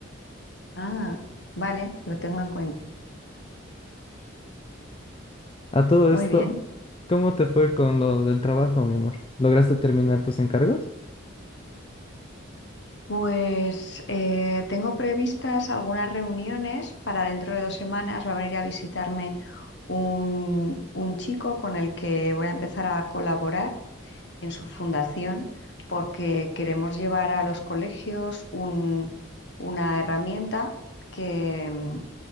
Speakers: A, on the left; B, on the left.
A: Ah, vale, lo tengo en cuenta.
B: A todo
A: Muy
B: esto,
A: bien,
B: ¿cómo te fue con lo del trabajo, mi amor? ¿Lograste terminar tus encargos?
A: pues eh, tengo previstas algunas reuniones para dentro de dos semanas. Va a venir a visitarme un, un chico con el que voy a empezar a colaborar en su fundación porque queremos llevar a los colegios un- una herramienta que, mm,